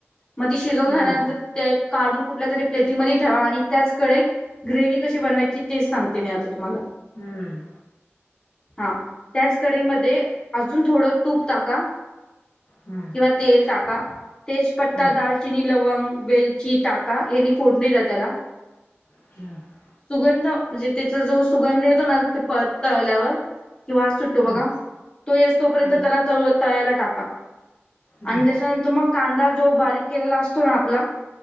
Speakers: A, on the left (about 20°); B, on the left (about 65°).
A: म ती शिजवून
B: हम्म
A: झाल्यानंतर ते काढून कुठल्या तरी प्लेटीमध्ये ठेवा आणि त्याच कडईत ग्रेवी कशी बनवायची ते सांगते मी आता तुम्हाला
B: हम्म्.
A: हा त्याच कढईमध्ये अजून थोडं तूप टाका.
B: हम्म
A: किंवा तेल टाका, तेजपट्टा,
B: हम्म
A: दालचिनी, लवंग वेलची टाका, यांनी फोडणी द्या त्याला
B: <unintelligible>
A: सुगंध म्हणजे त्याचा जो सुगंध येतो ना ते प तळल्यावर कि वास सुटतो
B: हम्म
A: बघा, तो येस तोपर्यंत
B: हम्म
A: त्याला त तळायला टाका.
B: हम्म
A: आणि त्याच्यानंतर मग कांदा जो बारीक केलेला असतो ना आपला